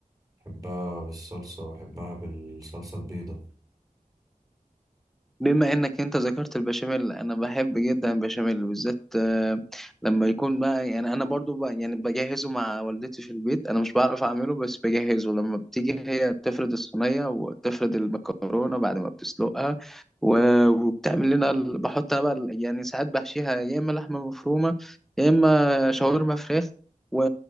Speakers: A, on the right; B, in the centre.
A: بحبها بالصلصة بحبها بالصلصة البيضة
B: بما انك انت ذكرت البشاميل انا بحب جدا البشاميل بالذات آه، لما يكون بقى يعني انا برضو بقى يعني بجهزه مع والدتي في البيت انا مش بعرف اعمله بس بجهزه لما بتيجي هي تفرد الصينيه وتفرد المكرونه بعد ما بتسلقها و- وبتعمل لنا ال- بحط انا بقى ال- يعني ساعات بحشيها يا اما لحمه مفرومه يا اما شاورما فراخ و...